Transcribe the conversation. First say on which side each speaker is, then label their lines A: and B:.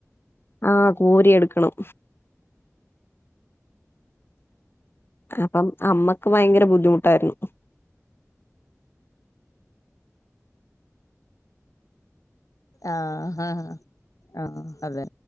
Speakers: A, on the left; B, on the left.
A: ആ കോരി എടുക്കണം അപ്പം അമ്മക്ക് ഭയങ്കര ബുദ്ധിമുട്ടായിരുന്നു
B: ആ ഹാ ആ അതെ